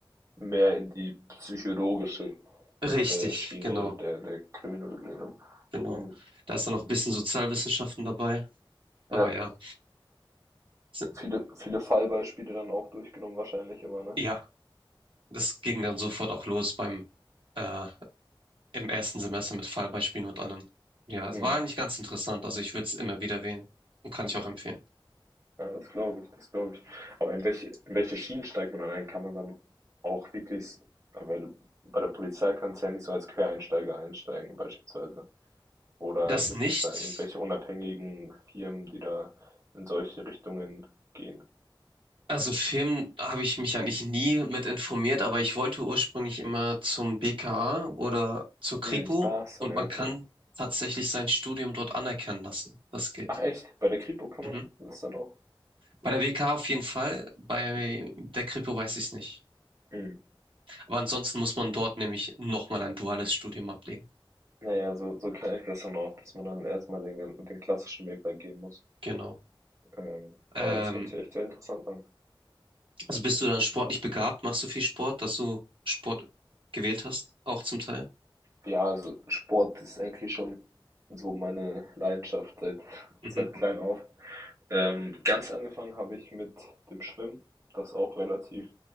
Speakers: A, on the right; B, on the right.
A: mehr in die psychologische
B: Richtig,
A: äh, Schiene
B: genau,
A: der, der Kriminologie, ne?
B: genau.
A: Mhm.
B: Da ist dann noch ein bisschen Sozialwissenschaften dabei.
A: Ja,
B: Aber ja, s-
A: viele, viele Fallbeispiele dann auch durchgenommen wahrscheinlich immer, ne?
B: ja, Das ging dann sofort auch los beim äh, im ersten Semester mit Fallbeispielen und allem. Ja, es
A: Mhm.
B: war eigentlich ganz interessant. Also ich würde es immer wieder wählen und kann ich auch empfehlen.
A: Ja, das glaube ich, das glaube ich. Aber in welche, in welche Schienen steigt man dann ein? Kann man dann auch wirklich, s- weil bei der Polizei kannst du ja nicht so als Quereinsteiger einsteigen, beispielsweise. Oder
B: Das
A: gibt
B: nicht,
A: es da irgendwelche unabhängigen Firmen, die da in solche Richtungen gehen?
B: also Film habe ich mich eigentlich nie mit informiert, aber ich wollte ursprünglich immer zum BKA oder zur
A: Hm,
B: Kripo
A: ach so,
B: und
A: ja,
B: man
A: okay.
B: kann tatsächlich sein Studium dort anerkennen lassen. Das geht.
A: Ach echt, bei der Kripo kann
B: Mhm.
A: man das dann auch?
B: Bei der BKA auf jeden Fall, bei der Kripo weiß ich es nicht.
A: Hm.
B: Aber ansonsten muss man dort nämlich nochmal ein duales Studium ablegen.
A: Naja, so, so kenne ich das dann auch, dass man dann erstmal den, gan- den klassischen Weg da gehen muss.
B: Genau.
A: Ähm, aber
B: Ähm,
A: das hört sich echt sehr interessant an.
B: also bist du dann sportlich begabt? Machst du viel Sport, dass du Sport gewählt hast, auch zum Teil?
A: Ja, also Sport ist eigentlich schon so meine Leidenschaft seit,
B: Mhm,
A: seit klein auf. Ähm, ganz angefangen habe ich mit dem Schwimmen, das auch relativ